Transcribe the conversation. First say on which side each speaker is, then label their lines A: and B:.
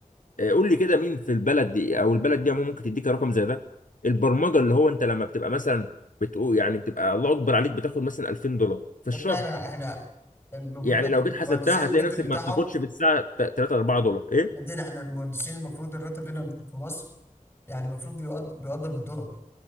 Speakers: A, on the left; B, on the left.
A: آه، قول لي كده مين في البلد دي او البلد دي عموما ممكن تديك رقم زي ده البرمجه اللي هو انت لما بتبقى مثلا بتقول يعني بتبقى الله اكبر عليك بتاخد مثلا 2000 دولار في الشهر
B: طب ده احنا احنا المفروض
A: يعني
B: ده المهندسين
A: لو جيت حسبتها هتلاقي
B: الراتب
A: نفسك
B: بتاعهم
A: ما بتاخدش في الساعه 3 4 دولار ايه
B: يا ابني احنا المهندسين المفروض الراتب هنا في مصر يعني المفروض بيقدر بيقدر بالدولار